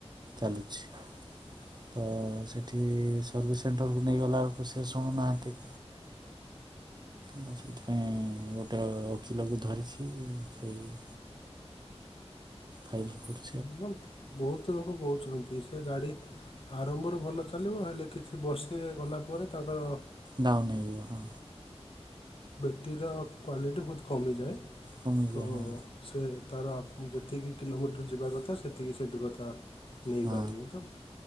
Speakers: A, on the right; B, on the left.
A: ଚାଲୁଛି ତ ସେଇଠି ସର୍ଭିସ୍ ସେଣ୍ଟରକୁ ନେଇଗଲା ବଳକୁ ସେଏ ଶୁଣୁନାହାନ୍ତି। ଆଉ ସେଥିପାଇଁ ଗୋଟେ ଓକିଲକୁ ଧରିଛି ସେଇ ଫାଇଲ କରୁ
B: ଏବଂ ବହୁତ ଲୋକ କହୁଛନ୍ତି ସେ ଗାଡ଼ି ଆରମ୍ଭରୁ ଭଲ ଚାଲିବ ହେଲେ କିଛି ବର୍ଷେ ଗଲା ପରେ ତାଙ୍କର
A: ଡାଉନ ହୋଇଯିବ ହଁ।
B: ବ୍ୟାଟରୀ ର କ୍ଵାଲିଟି ବହୁତ କମିଯାଏ।
A: କମିଯାଏ
B: ତ
A: ହଁ
B: ସେ ତାର ଯେତିକି କିଲୋମିଟର ଯିବା କଥା ସେତିକି ସେ ଦୂରତା ନେଇପାରିନି
A: ହଁ
B: ତ